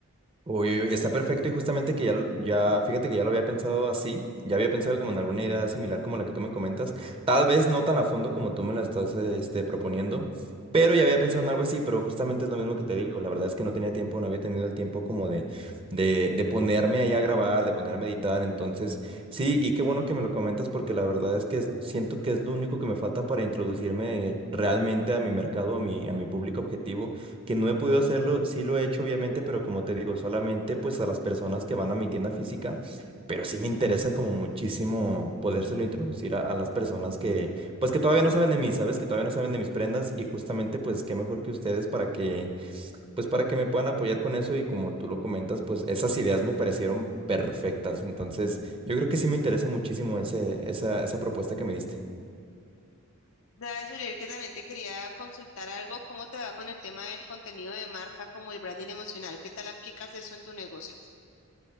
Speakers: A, on the right; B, on the left.
A: Uy, uy, uy, está perfecto y justamente que ya, lo- ya, fíjate que ya lo había pensado así, ya había pensado como en alguna idea similar como la que tú me comentas, tal vez no tan a fondo como tú me la estás eh, este, proponiendo, pero ya había pensado en algo así, pero justamente es lo mismo que te digo, la verdad es que no tenía tiempo, no había tenido el tiempo como de, de, de ponerme ahí a grabar, de ponerme a editar, entonces sí, y qué bueno que me lo comentas porque la verdad es que es- siento que es lo único que me falta para introducirme realmente a mi mercado, a mi, a mi público objetivo que no he podido hacerlo, sí lo he hecho obviamente, pero como te digo, solamente pues a las personas que van a mi tienda física, pero sí me interesa como muchísimo podérselo introducir a, a las personas que pues que todavía no saben de mí, ¿sabes? Que todavía no saben de mis prendas y justamente pues qué mejor que ustedes para que pues para que me puedan apoyar con eso y como tú lo comentas, pues esas ideas me parecieron perfectas, entonces yo creo que sí me interesa muchísimo ese, esa, esa propuesta que me diste.
B: Sabes, Uriel, que también te quería consultar algo, ¿cómo te va con el tema del contenido de marca como el branding emocional? ¿Qué tal aplicas eso en tu negocio?